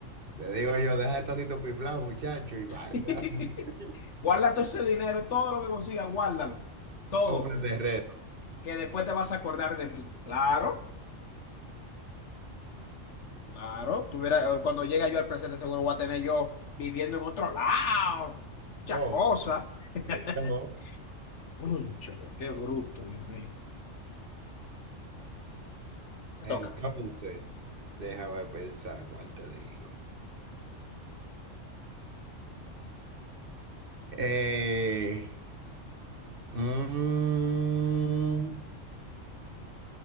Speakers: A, on the right; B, on the left.
A: Le digo yo, deja de estar haciendo fiflado, muchacho, y vaya,
B: <laughs>
A: <laughs>
B: Guarda todo ese dinero, todo lo que consigas, guárdalo. Todo,
A: compra terreno.
B: que después te vas a acordar de mí. Claro, Claro, tuviera, cuando llegue yo al presente seguro voy a tener yo viviendo en otro lado, muchas
A: Oh,
B: cosas. <laughs>
A: entonces,
B: Concho, pero qué bruto, Dios mío. Te
A: entonces,
B: toca.
A: déjame pensar cuál te digo. Eh, mm,